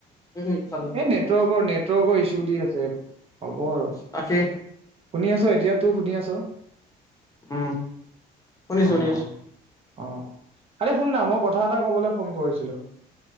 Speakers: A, on the left; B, on the right.
A: উম উম খালো
B: এই নেটৱৰ্কৰ নেটৱৰ্কৰ ইুছু। তুদি আছে। হ'ব আৰু
A: বাকী
B: শুনি আছ এতিয়াতো টো শুনি আছ
A: উম, শুনিছোঁ-শুনিছোঁ।
B: অ অ অ, আৰে শুননা মই কথা এটা ক'বলৈ ফোন কৰিছো ছিলো।